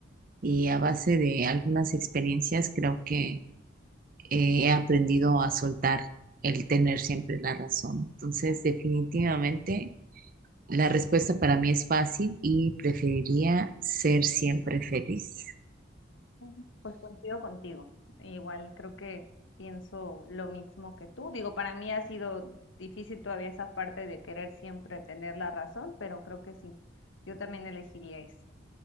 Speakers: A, on the right; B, on the left.
A: y a base de algunas experiencias creo que eh, he aprendido a soltar el tener siempre la razón. Entonces, definitivamente, la respuesta para mí es fácil y preferiría ser siempre feliz.
B: Ujú. Pues coincido contigo. Igual creo que pienso lo mismo que tú. Digo, para mí ha sido difícil todavía esa parte de querer siempre tener la razón, pero creo que sí. Yo también elegiría esa.